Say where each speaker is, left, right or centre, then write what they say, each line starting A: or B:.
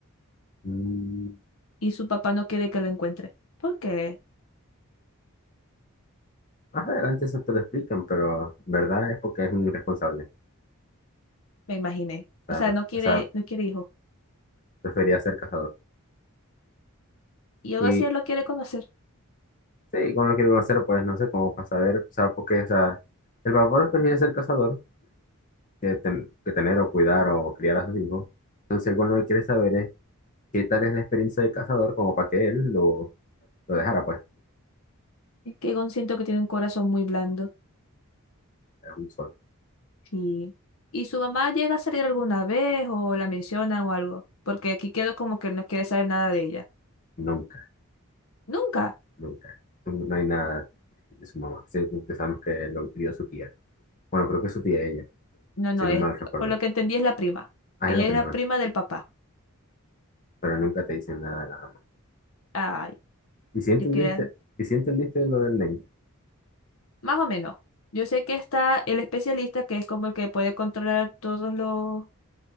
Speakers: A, on the left; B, on the left.
A: Mm,
B: Y su papá no quiere que lo encuentre. ¿por qué?
A: más adelante eso te lo explican, pero en verdad es porque es un irresponsable. O
B: me imaginé. O
A: sea,
B: sea,
A: pref-
B: no quiere,
A: o sea,
B: no quiere hijo.
A: prefería ser cazador.
B: Y algo
A: Y
B: así él lo quiere conocer.
A: Sí, como lo quiere conocer, pues no sé cómo para saber, o sea, porque, o sea, el papá prefiere ser cazador que, ten- que tener o cuidar o criar a sus hijos. Entonces, con lo que quiere saber es qué tal es la experiencia de cazador como para que él lo, lo dejara, pues,
B: Es que Gon siento que tiene un corazón muy blando.
A: es un sol.
B: Y, y su mamá llega a salir alguna vez o la mencionan o algo. Porque aquí quedó como que él no quiere saber nada de ella.
A: Nunca,
B: Nunca.
A: nunca. No no hay nada de su mamá. Siempre pensamos que lo crió su tía. Bueno, creo que es su tía ella,
B: No, no,
A: si no
B: es,
A: mal recuerdo.
B: por lo que entendí es la prima.
A: Ah,
B: Ella
A: es la prima,
B: es la prima del papá.
A: pero nunca te dicen nada de la mamá.
B: Ay,
A: ¿Y si entendiste,
B: yo quería.
A: y si entendiste lo del nene?
B: Más o menos. Yo sé que está el especialista, que es como el que puede controlar todos los,